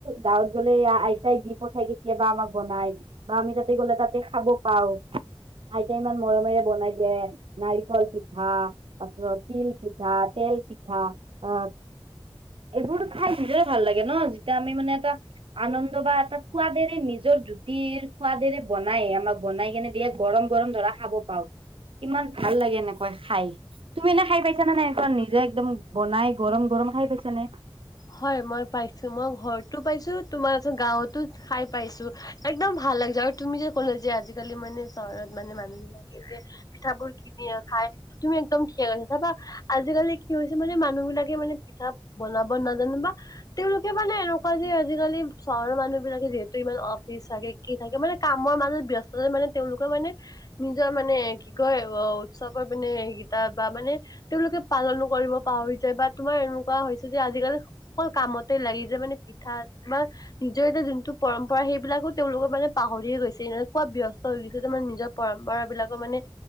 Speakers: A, on the right; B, on the left.
A: গাঁৱত গ'লে, আইতাই দি পঠাই দিছে কেতিয়াবা আমাক বনাই। বা আমি তাতে গ'লে তাতে খাব পাও, আইতাই ইমান মৰমেৰে বনাই দিয়ে। নাৰিকল পিঠা, তাৰপাছত তিল পিঠা, তেল পিঠা, আ এইবোৰো খাই নিজে ভাল লাগে ন' যেতিয়া আমি মানে এটা আনন্দ বা এটা খোৱাদেৰে নিজৰ জুতিৰ, খোৱাদেৰে বনায়, আমাক বনাই কেনে দে গৰম-গৰম ধৰা খাব পাও, কিমান ভাল লাগে এনেকৈ খাই। তুমি এনে খাই পাইছা নে নাই, নিজে একদম বনাই গৰম-গৰম খাই পাইছা নে?
B: হয়, মই পাইছো। মই ঘৰতো পাইছো, তোমাৰ চোন গাঁৱতো খাই পাইছো। একদম ভাল লাগি যায়, আৰু তুমি যে ক'ল যে, আজিকালি মানে চহৰত, মানে মানুহ বিলাকে যে পিঠা বোৰ কিনি খাই। তুমি একদম ঠিকে কৈছা চাবা, আজিকালি কি হৈছে মানে, মানুহ বিলাকে মানে পিঠা বনাব নাজানে বা তেওঁলোকে মানে এনেকুৱা যে আজিকালি চহৰৰ মানুহ বিলাকে যিহেতু ইমান অফিচ চাগে কি থাকে মানে কামৰ মাজত ব্যস্তত মানে তেওঁলোকে মানে নিজৰ মানে কি কয় অ উৎসৱৰ মানে এইকেইটা বা মানে তেওঁলোকে পালনো কৰিব পাহৰি যায় বা তোমাৰ এনেকুৱা হৈছে যে আজিকালি অকল কামতে লাগি যে মানে পিঠা বা, নিজৰ এতিয়া যোনটো পৰম্পৰা সেইবিলাকো তেওঁলোকৰ মানে পাহৰিয়ে গৈছে এনেকুৱা ব্যস্ত হৈ গৈছে যে মানে নিজৰ। পৰম্পৰা বিলাকো মানে।